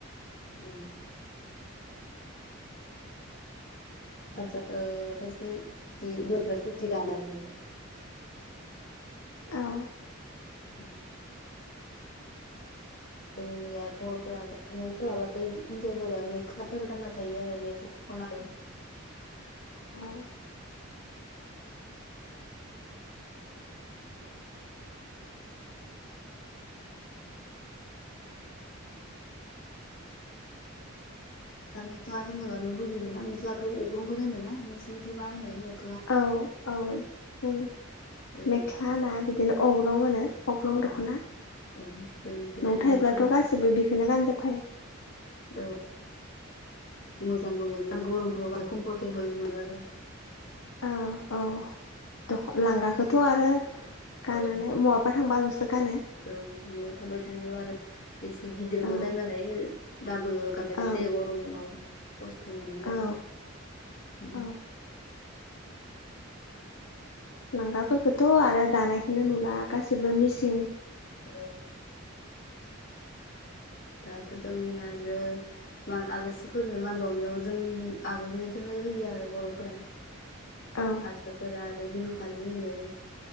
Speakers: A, on the left; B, on the left.
A: उम। आदसा ओ खायसे धुति बोरायफ्रा धुति गानो आरो। <inaudible>
B: औ
A: उम। जोंनिया बर'फोरा न'फोर लाबाथाय हिनजावफोरा मेक्लाफोर गानना थायो आरो मेक्ला खनादों
B: औ
A: दा मेख्ला होनोबा नों बुजिदों ना मेख्लाखौ अग्रंखौ होनो ना नोंसिोरनिखै मा होनो मे
B: औ औ जों
A: ओं
B: मेख्ला होना बिदिनो अग्रं होनो अग्रं
A: औ
B: दख'ना न'आव
A: ओं जोंनिखैना आरो
B: थायोब्लाथ'
A: मेख्ला
B: गाससिबो बिखौनो गानजोबखायो
A: औ मोजांबो मोनो गरमफोराव कमफर्टेबोल मोनो आरो
B: औ औ दख लांगाखौथ' आरो गानानो
A: औ
B: महाबा थांबाल'सो गानो
A: औ न'आव थाबाय थानायाव आरो एसे गिदिरबो
B: औ
A: दायो नालाय दाबोल गाननायबायदि
B: औ
A: जायो गरमाव खस्थ' मोनो
B: औ
A: आरो ओम
B: औ लांगाफोरखौथ' आरो दानायखौनो नुला गाससिबो मिसिं
A: औ दाथ' जोंनि आरो माआलासिफोरनो मान बावनायाव जों आर'नाइखौनो होयो आरो बर'फोरा
B: औ
A: हारसाफोरा आरो बिहु फालि होयो